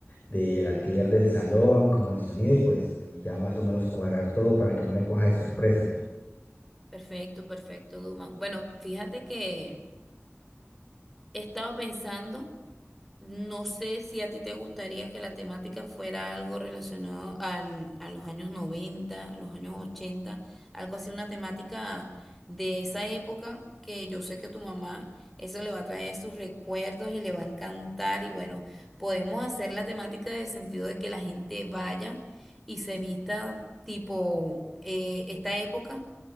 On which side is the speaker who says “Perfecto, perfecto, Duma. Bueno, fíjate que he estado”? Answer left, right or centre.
Centre